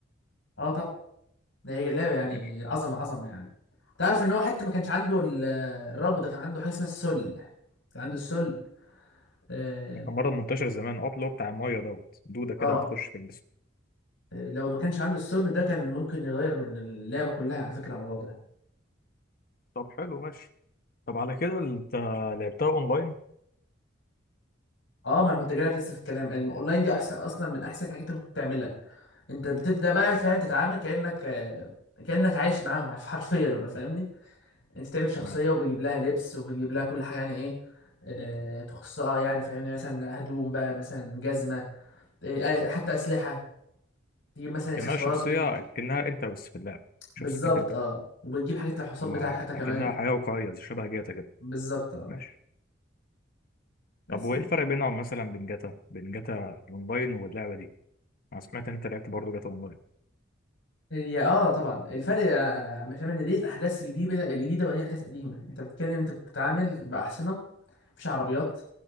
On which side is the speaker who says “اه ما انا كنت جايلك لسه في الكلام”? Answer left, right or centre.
Left